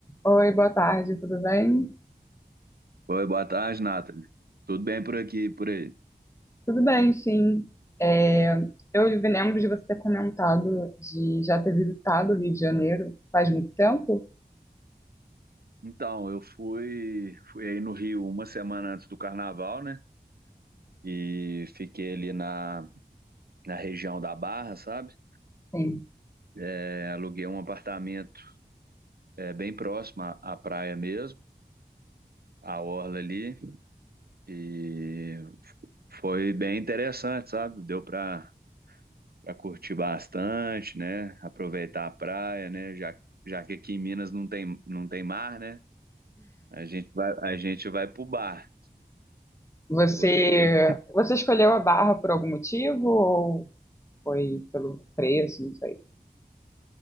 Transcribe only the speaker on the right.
Oi, boa tarde, Nathalie. Tudo bem por aqui, e por aí?
Então, eu fui, fui aí no Rio uma semana antes do carnaval, né? E fiquei ali na, na região da Barra, sabe?
É, aluguei um apartamento é, bem próximo à, à praia mesmo, à orla ali. E f- foi bem interessante, sabe? Deu para para curtir bastante, né? Aproveitar a praia, né? Já, já que aqui em Minas não tem, não tem mar, né? A gente vai, a gente vai pro bar.
Porque...